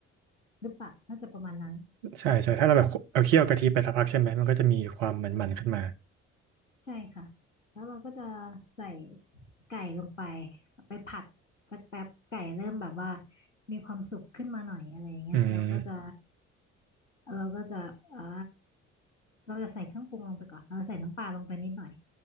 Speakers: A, on the left; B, on the right.
A: หรือเปล่าน่าจะประมาณนั้น
B: ใช่ใช่ถ้าเราแบบเอาเคี่ยวกะทิไปสักพักใช่ไหมมันก็จะมีความมันๆขึ้นมา
A: ใช่ค่ะ แล้วเราก็จะใส่ไก่ลงไป ไปผัดสักแป๊บไก่เริ่มแบบว่ามีความสุกขึ้นมาหน่อยอะไรอย่างเงี้ยเราก็จะ
B: อืม
A: เราก็จะเอ่าเราจะใส่เครื่องปรุงลงไปก่อนเราใส่น้ำปลาลงไปนิดหน่อย